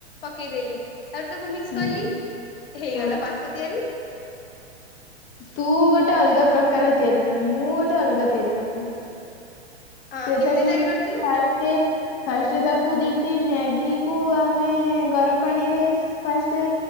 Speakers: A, on the left; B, on the left.
A: ପକେଇଦେଲି। ତାପରେ ତାକୁ ମିକ୍ସ
B: ହଁ
A: କଲି ହେଇଗଲା
B: ହଁ।
A: ପାସ୍ତା ତିଆରି।
B: ତୁ ଗୋଟେ ଅଲଗା ପ୍ରକାର ତିଆରି କଲୁ ମୁଁ ଗୋଟେ ଅଲଗା ତିଆରି କରିଥିଲି।
A: ହଁ
B: ସେଟା
A: କେମିତି
B: ମୁଁ
A: ତିଆରି କରିଥିଲୁ
B: ଫାଷ୍ଟେ। ଫାଷ୍ଟ ତାକୁ ଯେମିତି ମ୍ୟାଗି କୁ ଆମେ ଗରମ ପାଣିରେ ଫାଷ୍ଟ।